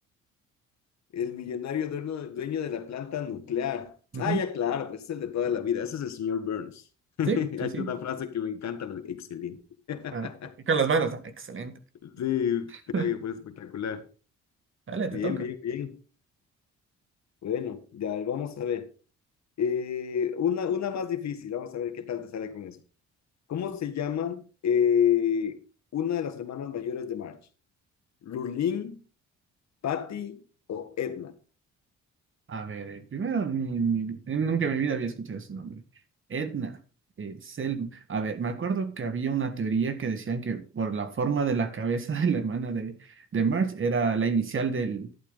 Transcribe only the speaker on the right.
Ujú.
Sí, sí, sí.
Ah, con las manos. Ah, excelente.
<laughs>
Dale,
te toca.
A ver, eh, primero, mi- mi- eh, nunca en mi vida había escuchado ese nombre. Edna. eh, Sel- a ver, me acuerdo que había una teoría que decían que por la forma de la cabeza <laughs> de la hermana de, de Marge era la inicial del,